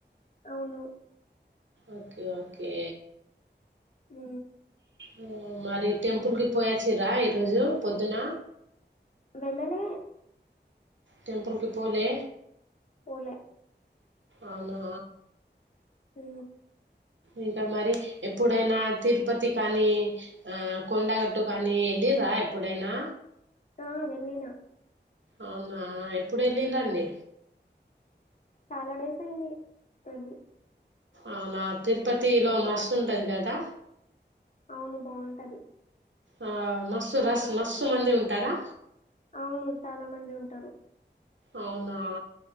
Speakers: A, on the left; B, on the right.
A: అవును
B: ఓకే ఓకే
A: మ్
B: ఆ, మరి టెంపుల్ కి పోయాచ్చిరా ఈరోజూ పొద్దున
A: వెళ్లలే
B: టెంపుల్కి పోలే
A: పోలె
B: ఔనా
A: ఊ
B: ఇంక మరి ఎప్పుడైనా తిరుపతి కానీ ఆ కొండగట్టు కానీ ఎళ్ళిర్రా ఎప్పుడైనా
A: ఆ వెళ్ళిన
B: అవునా ఎప్పుడ్ వెళ్ళిండండి
A: చాలాడేస్ అయింది వెళ్లి
B: అవునా తిరుపతిలో మస్త్ ఉంటద్ కదా
A: అవును బావుంటది
B: ఆ మస్సు రస్ మస్సు మంది ఉంటరా
A: అవును చాలా మంది ఉంటరు
B: అవునా